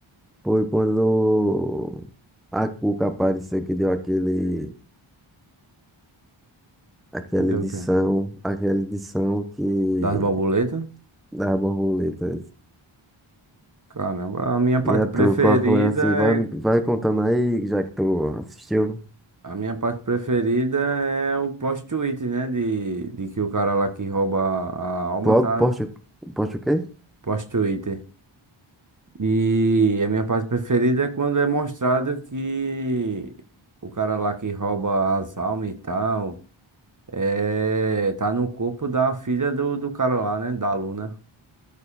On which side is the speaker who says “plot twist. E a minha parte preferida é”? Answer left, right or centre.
Right